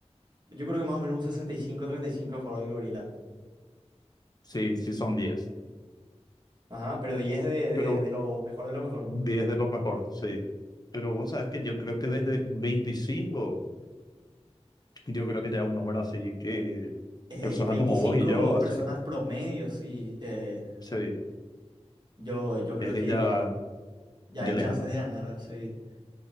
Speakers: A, on the right; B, on the left.
A: Yo creo que más o menos un sesenta y cinco treinta y cinco a favor del gorila.
B: Sí, sí son 10,
A: Ajá, pero 10 de, de,
B: pero
A: de lo mejor de lo mejor.
B: 10 de los mejores, sí. Pero vos sabes que yo creo que desde 25, yo creo que ya es un número así que
A: Eh,
B: personas
A: 25
B: como vos y yo, así,
A: personas promedio, sí. eh,
B: sí,
A: yo, yo creo
B: desde
A: que
B: ya,
A: ya
B: ya
A: hay
B: le
A: chances
B: ganamos.
A: de ganar. Sí.